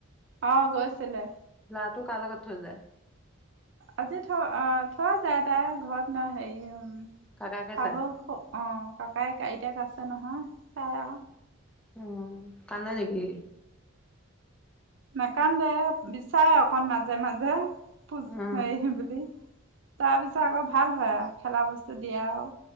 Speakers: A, on the right; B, in the centre.
A: অ গৈছিলে
B: ল'ৰাটো কাৰ লগত থৈ যায়
A: আজি থৈ অ থৈ যায় তাই ঘৰত ন হেৰি উ
B: কাকাকে
A: শাহুক
B: চাই
A: অ ককাক আইতাক আছে তে নহয় চাই অ
B: অ কান্দে নেকি
A: নাকান্ দে বিচাৰে অকন মাজে মাজে <unintelligible> পুজ
B: অ
A: খাই বুলি তাৰ পিছত আকৌ ভাল হয় খেলা বস্তু দিয়াও